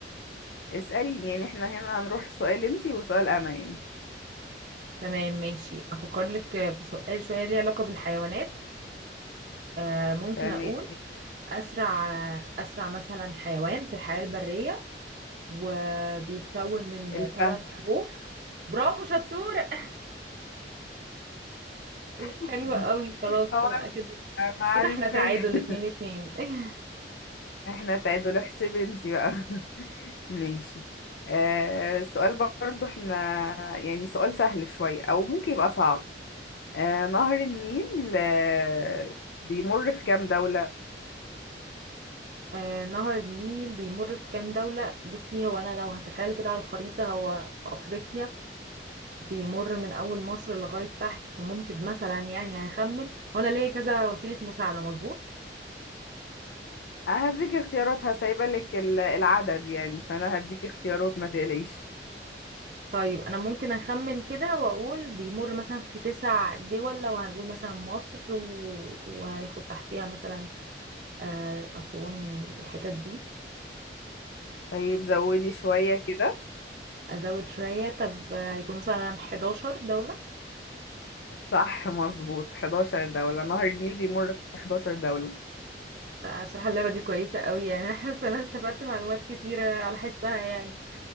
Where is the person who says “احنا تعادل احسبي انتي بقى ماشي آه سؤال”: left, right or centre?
Left